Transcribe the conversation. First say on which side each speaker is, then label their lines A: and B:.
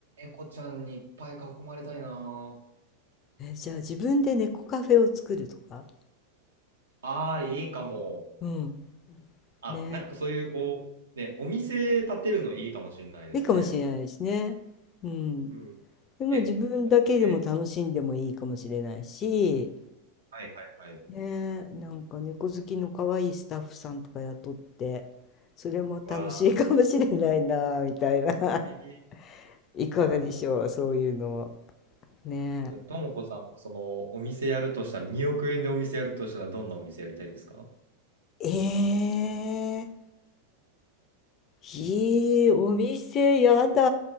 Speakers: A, on the right (about 65°); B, on the left (about 30°).
A: 猫ちゃんにいっぱい囲まれたいなぁ。
B: えじゃあ自分で猫カフェを作るとか
A: ああ、いいかも。
B: うん
A: あ、
B: ね
A: なんかそういうこう、ね、お店建てるのいいかもしれないですね。
B: いいかもしれないですねうん
A: うん。
B: でも自分だけでも楽しんでもいいかもしれないし
A: え、お店、はいはいはい。
B: ねなんか猫好きの可愛いスタッフさんとか雇ってそれも楽しいかもしれないなみたいな
A: わあ、いい。
B: <laughs> いかがでしょうそういうのは
A: じゃあ、
B: ね
A: ともこさんはそのお店やるとしたら、2億円でお店やるとしたら、どんなお店やりたいですか
B: えええ。いい、お店やだ。